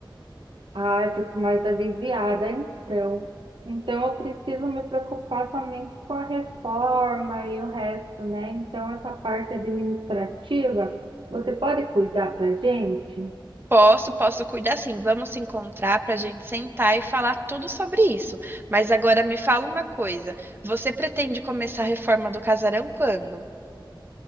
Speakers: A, on the right (about 75°); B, on the right (about 25°).
A: Ah, fico mais aliviada, então. Então, eu preciso me preocupar somente com a reforma e o resto, né? Então, essa parte administrativa, você pode cuidar pra gente?
B: Posso, posso cuidar sim. Vamos se encontrar para a gente sentar e falar tudo sobre isso. Mas agora me fala uma coisa: você pretende começar a reforma do casarão quando?